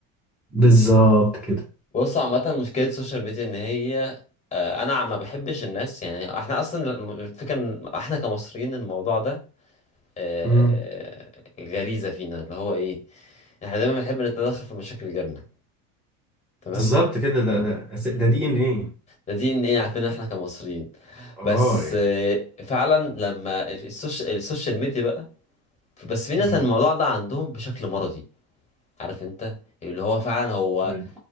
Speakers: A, in the centre; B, on the left.
A: بالظبط كده
B: بص عامة مشكلة السوشيال ميديا ان هي آه، انا ما بحبش الناس يعني احنا اصلا الم- الفكرة ان احنا كمصريين الموضوع ده آه،
A: امم
B: غريزة فينا اللي هو ايه احنا دايما بنحب نتدخل في مشاكل غيرنا تمام
A: بالظبط كده ده
B: مم.
A: ده ده دي ان ايه
B: ده دي ان ايه عارفين احنا كمصريين
A: اه
B: بس
A: يعني
B: آه، فعلا لما السوش- السوشيال ميديا بقى بس في ناس
A: امم
B: الموضوع ده عندهم بشكل مرضي عارف انت اللي هو فعلا هو
A: مم.